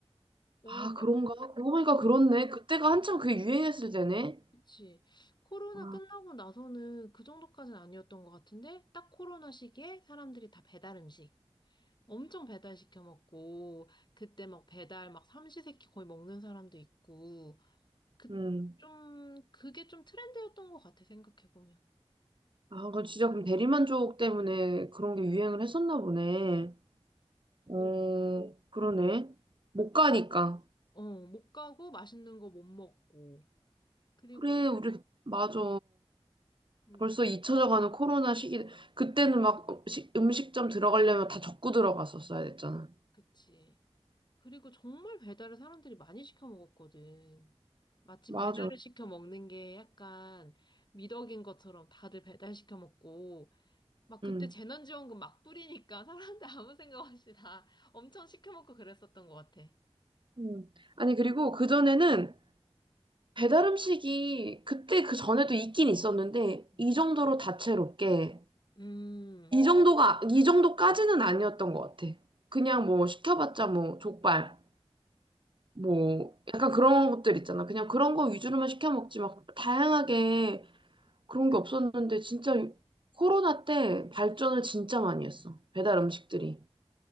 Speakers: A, on the left; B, on the right.
A: 어,
B: 아, 그런가?
A: 약간,
B: 그러고 보니까
A: 어,
B: 그렇네. 그때가 한참 그게 유행했을 때네.
A: 그치. 코로나
B: 아,
A: 끝나고 나서는 그 정도까지는 아니었던 것 같은데, 딱 코로나 시기에 사람들이 다 배달 음식. 엄청 배달 시켜 먹고 그때 막 배달 막 삼시세끼 거의 먹는 사람도 있고 그
B: 음.
A: 좀 그게 좀 트렌드였던 것 같아 생각해 보면
B: 아, 그 진짜 그럼 대리만족 때문에 그런 게 유행을 했었나 보네. 어,
A: 어,
B: 그러네. 못 가니까.
A: 어, 못 가고 맛있는 거 못 먹고 그리고
B: 그래, 우리, 맞아.
A: 음
B: 벌써 잊혀져 가는 코로나 시기. 그때는 막 음식, 음식점 들어가려면 다 적고 들어갔었어야 됐잖아.
A: 그치 그리고 정말 배달을 사람들이 많이 시켜 먹었거든 마치
B: 맞아.
A: 배달을 시켜 먹는 게 약간 미덕인 것처럼 다들 배달 시켜 먹고 막 그때
B: 응.
A: 재난지원금 막 뿌리니까 사람들 아무 생각 없이 다 엄청 시켜먹고 그랬었던 것 같아.
B: 음. 아니, 그리고 그전에는 배달 음식이 그때 그 전에도 있긴 있었는데,
A: 음.
B: 이 정도로 다채롭게,
A: 음,
B: 이 정도가, 이 정도까지는 아니었던 것 같아. 그냥 뭐 시켜봤자 뭐 족발, 뭐 약간 그런 것들 있잖아. 그냥 그런 거 위주로만 시켜 먹지 막 다양하게 그런 게 없었는데, 진짜 코로나 때 발전을 진짜 많이 했어. 배달 음식들이.